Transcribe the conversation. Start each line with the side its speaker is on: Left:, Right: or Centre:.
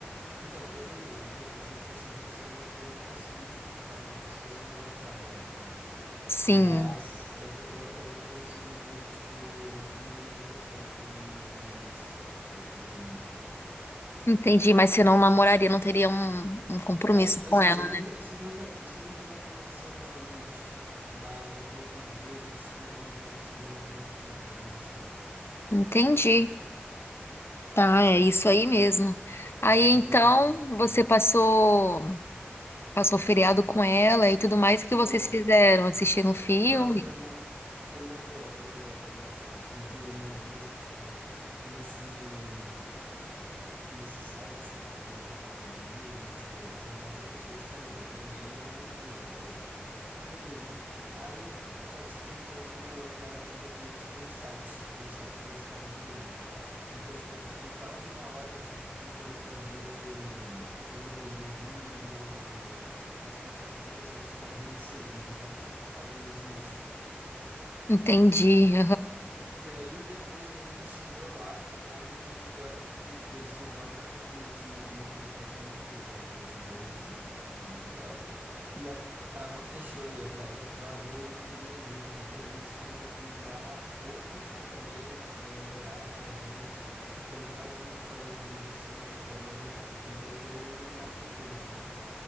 Right: Então, eu também, eu, tam- eu sempre fui assim, tipo, se eu não, co- eu não consigo, tipo, ficar com uma pessoa se eu não gostar dela, assim.
Left: Sim,
Right: Mas é que eu, eu consigo ver, tipo, um mundo em que eu ficaria com uma menina algumas vezes só, tipo, dependendo da época.
Left: entendi. Mas se não namoraria, não teria um, um compromisso
Right: É, tipo assim,
Left: com ela,
Right: eu nunca,
Left: né?
Right: isso nunca, isso nunca me aconteceu realmente, mas eu não vejo que, se- não vejo que seja uma coisa impossível de acontecer,
Left: Entendi. Tá, é isso aí mesmo. Aí,
Right: de ficar
Left: então,
Right: mais sério,
Left: você
Right: né?
Left: passou, passou feriado com ela e tudo mais, o que
Right: Nossa,
Left: vocês fizeram? Assistiram um filme?
Right: pô, foi uma, foi uma BO, foi uma BO, foi engraçado, porque no, nesse, nesse nesse site, que é que é no Airbnb, ele, tipo, são várias pessoas que alugam, né? E aí é uma empresa que aluga. Beleza. Aí, só que você tem que fazer o- a entrada de documentos pelo site, e o site dele estava bugando. Então, tipo, eu fiquei quase uma hora, tipo, tentando fazer hum, o, lo- o login e o e as coisas do site, porque o site ficava reiniciando, ele voltava sempre à página de início.
Left: Entendi,
Right: E aí, depois, quando a gente chegou lá, ainda teve o BO porque, tipo, eles tinham vários apartamentos no- naquele prédio que a gente ficou, que era um prédio gigante, assim, tal, mó da hora. E a trava fechou, e a trava travou e não queria abrir. Então, aí eles tiveram que mandar outro apartamento para liberar pra gente. Ficamos quase 40 minutos, assim, esperando. Então, foi uma aventura, assim.